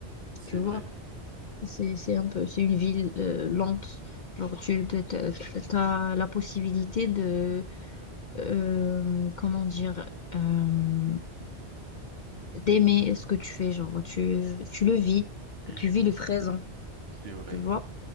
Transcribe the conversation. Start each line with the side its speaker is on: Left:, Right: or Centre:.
Right: C'est
Left: Tu vois,
Right: vrai.
Left: c'est, c'est un peu, c'est une ville euh, lente. Genre, tu as la possibilité de. euh, comment dire. euh, d'aimer ce que tu fais, genre tu, tu le vis,
Right: Mhm,
Left: tu vis le présent,
Right: C'est vrai.
Left: tu vois.